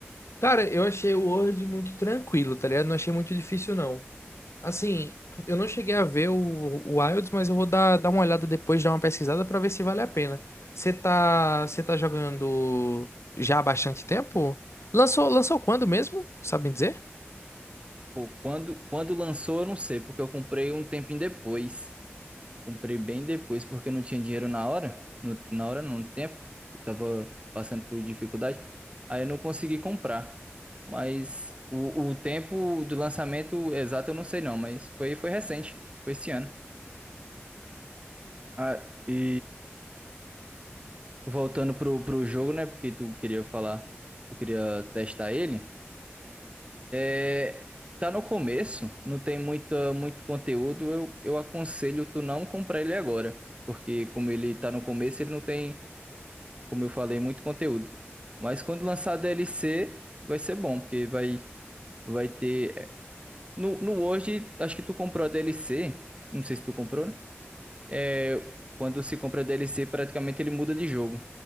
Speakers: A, on the left (about 80°); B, on the right (about 25°).
A: Cara, eu achei o World muito tranquilo, tá ligado? Não achei muito difícil, não. Assim, eu não cheguei a ver o, o Wilds, mas eu vou dar, dar uma olhada depois, dar uma pesquisada pra ver se vale a pena. Você tá, você tá jogando já há bastante tempo? Lançou, lançou quando mesmo? Sabem dizer?
B: Pô, quando, quando lançou, eu não sei, porque eu comprei um tempinho depois. Comprei bem depois porque eu não tinha dinheiro na hora, no- na hora não, no tempo, eu tava passando por dificuldade, aí eu não consegui comprar. Mas o, o tempo do lançamento exato eu não sei não, mas foi, foi recente, foi esse ano. Ah, e voltando pro, pro jogo, né, porque tu queria falar, tu queria testar ele, É, tá no começo, não tem muita, muito conteúdo, eu, eu aconselho tu não comprar ele agora, porque como ele tá no começo, ele não tem como eu falei, muito conteúdo. Mas quando lançar a DLC, vai ser bom, porque vai, vai ter. é, No, no Word, acho que tu comprou a DLC. Não sei se tu comprou, né? É, quando se compra a DLC, praticamente ele muda de jogo.